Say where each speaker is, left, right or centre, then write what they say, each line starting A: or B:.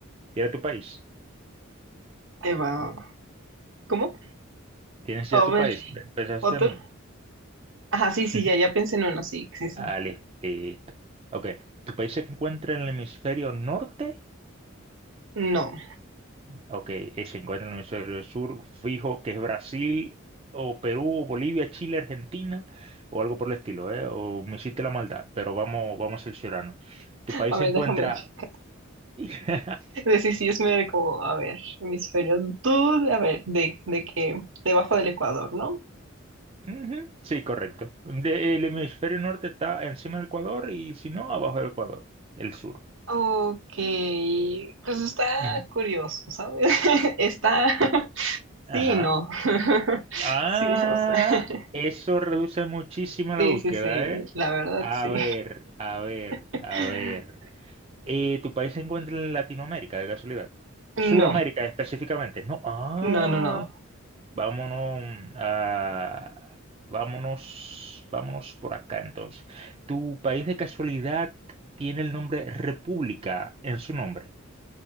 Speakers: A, on the right; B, on the right.
A: tira tu país.
B: Te va. ¿Cómo?
A: ¿Tienes
B: A
A: ya tu
B: ver,
A: país? Pe- ¿Pensaste
B: otro.
A: en
B: Ajá, sí, sí,
A: uno?
B: ya, ya pensé en uno, sí, sí, sí.
A: Ah, li- listo. Ok, tu país se encuentra en el hemisferio norte.
B: No,
A: Ok, eh, se encuentra en el hemisferio sur. Fijo que es Brasil o Perú o Bolivia, Chile, Argentina o algo por el estilo, ¿eh? O me hiciste la maldad, pero vamos, vamos a cerciorarnos. Tu país
B: a ver,
A: se encuentra...
B: déjame checar.
A: <laughs>
B: sí sí sí, es medio como, a ver, hemisferio, tú, a ver, de, de que debajo del Ecuador, ¿no?
A: Ujú, Sí, correcto. De- el hemisferio norte está encima del Ecuador y si no, abajo del Ecuador, el sur.
B: Ok, pues está
A: Ujú.
B: curioso, ¿sabes? <laughs> Está, <laughs>
A: Ajá.
B: sí, no. <laughs>
A: Ah,
B: Sí, o sea, <laughs>
A: eso reduce muchísimo
B: sí,
A: la búsqueda,
B: sí, sí,
A: ¿eh?
B: la verdad,
A: A
B: sí.
A: ver, a ver,
B: <laughs>
A: a ver. Eh, ¿tu país se encuentra en Latinoamérica, de casualidad?
B: No,
A: Suramérica específicamente. No, ah,
B: no, no, no,
A: vámonos a... Vámonos, vámonos por acá entonces. ¿Tu país de casualidad tiene el nombre República en su nombre?